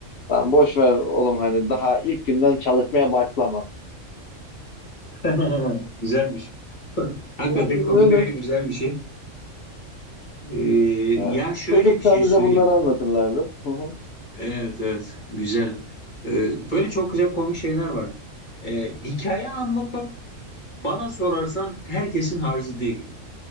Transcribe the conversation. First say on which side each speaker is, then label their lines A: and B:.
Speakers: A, on the left; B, on the left.
A: Lan boş ver oğlum hani daha ilk günden çalışmaya başlama.
B: <laughs> Güzelmiş. Hakikaten
A: Evet öyle.
B: komik ve güzel bir şey. Ee,
A: Ha.
B: ya şöyle
A: Çocukken
B: bir şey
A: bize
B: söyleyeyim.
A: bunları anlatırlardı. Hı hı.
B: Evet evet güzel. Ee, böyle çok güzel komik şeyler var. Ee, hikaye anlatmak bana sorarsan herkesin harcı değil.